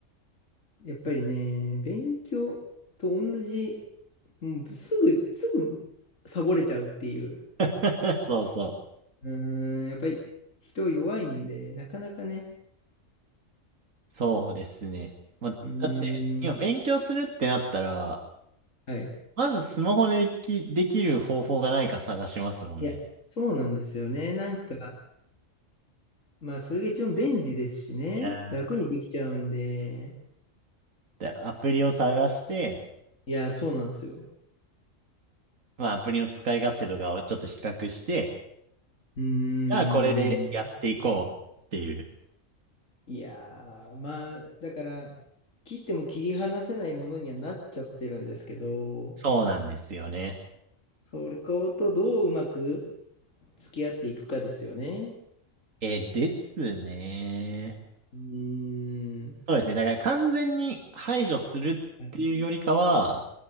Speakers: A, on the left (about 75°); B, on the right (about 80°).
A: やっぱりね、勉強と同じ、もうすぐ、すぐサボれちゃうっていう。
B: <laughs> そうそう。
A: うーん、やっぱり人弱いんで、なかなかね。
B: そうですね。まあ、
A: うー
B: だって、今勉強するってなったら、
A: ん、はい。
B: まずスマホででき、できる方法がないか探しますもんね。
A: いや、そうなんですよね。なんか、まあ、それが一番便利ですしね。
B: いやー
A: 楽にできちゃうんで。
B: でアプリを探して、
A: いや、そうなんですよ。
B: まあ、アプリの使い勝手とかをちょっと比較して、
A: うーん。
B: じゃあこれでやっていこうっていう。
A: いやー、まあ、だから、切っても切り離せないものにはなっちゃってるんですけど、
B: そうなんですよね。
A: それことどううまく付き合っていくかですよね。
B: え、ですね。
A: うーん。
B: そうですね。だから完全に排除するっていうよりかは、
A: はい